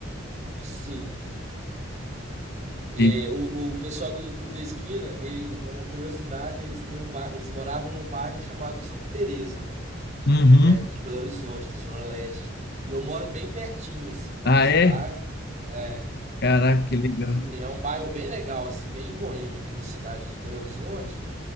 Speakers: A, on the right; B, on the left.
A: Sim. É,
B: Teve-
A: o, o pessoal do, do Clube da Esquina, ele é uma curiosidade, eles têm um ba... eles moravam num bairro chamado Santa Teresa, né?
B: Uhum.
A: Que é aqui de Belo Horizonte, da Zona Leste. E eu moro bem pertinho, assim,
B: Ah,
A: desse
B: é?
A: bairro. É,
B: Caraca, que legal.
A: e é um bairro bem legal, assim, bem boêmio aqui da cidade de Belo Horizonte.